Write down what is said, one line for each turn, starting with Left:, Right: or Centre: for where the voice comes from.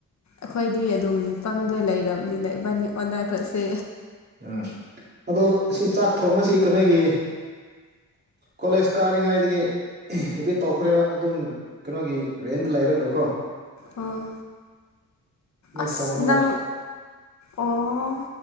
Left: ꯑꯩꯈꯣꯏꯗꯤ ꯑꯗꯨꯝ ꯇꯪꯗ ꯂꯩꯔꯕꯅꯤꯅ ꯏꯕꯥꯅꯤ ꯑꯣꯟꯅ ꯈ꯭ꯔꯁꯦ
Right: ꯎꯝ ꯑꯗꯨ ꯁꯤ ꯆꯥꯛ ꯊꯣꯡꯕꯁꯤ ꯀꯩꯅꯒꯤ ꯀꯣꯂꯦꯖ ꯀꯥꯔꯤꯉꯩꯗꯒꯤ ꯍꯦꯐꯦꯠ ꯇꯧꯈ꯭ꯔꯦꯕ ꯑꯗꯨꯝ ꯀꯩꯅꯣꯒꯤ ꯔꯦꯟꯗ ꯂꯩꯔꯒꯀꯣ
Left: ꯑꯣ
Right: ꯁꯨꯃꯥꯏꯅ
Left: ꯑꯁ
Right: ꯊꯣꯡꯔꯒ
Left: ꯅꯪ ꯑꯣ